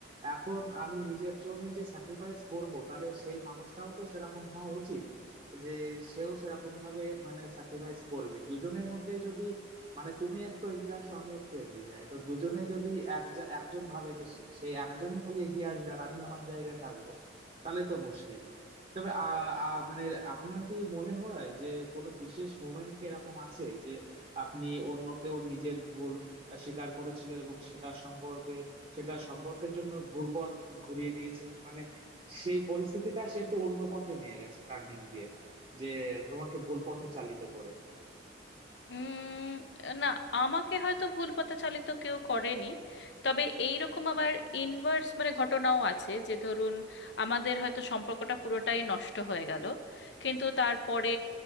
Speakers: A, on the right; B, on the left.
A: এখন আমি নিজের জন্য যে স্যাক্রিফাইস করব তাহলে সেই মানুষটাও তো সেরকম হওয়া উচিত যে সেও সেরকম ভাবে মানে স্যাক্রিফাইস করবে দুজনের মধ্যে যদি মানে তুমি একটু এগিয়ে আসো আমি একটু এগিয়ে যাই তো দুজনে যদি এক একজন ভাবে যে সে সে একজনই খালি এগিয়ে আসবে আর আমি আমার জায়গায় থাকবো তাহলে তো মুশকিল তবে আ আ মানে আপনার কি মনে হয় যে কোনো বিশেষ মোমেন্ট কি এরকম আছে যে আপনি অন্য কেউ নিজের ভুল স্বীকার করেছিল এবং সেটা সম্পর্কে সেটা সম্পর্কের জন্য ঘুর পথ ঘুরিয়ে দিয়েছে মানে সেই পরিস্থিতিটা সে একটু অন্য পথে নিয়ে গেছে টার্নিং দিয়ে যে তোমাকে ভুল পথে চালিত করে
B: উম না আমাকে হয়তো ভুল পথে চালিত কেউ করেনি তবে এইরকম আবার ইনভার্স মানে ঘটনাও আছে যে ধরুন আমাদের হয়তো সম্পর্কটা পুরোটাই নষ্ট হয়ে গেল কিন্তু তারপরে